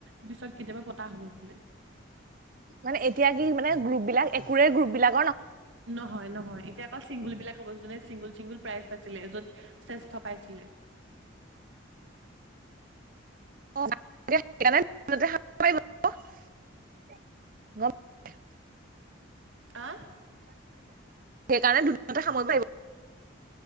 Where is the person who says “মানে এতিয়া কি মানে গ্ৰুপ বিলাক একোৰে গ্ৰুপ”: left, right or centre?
Right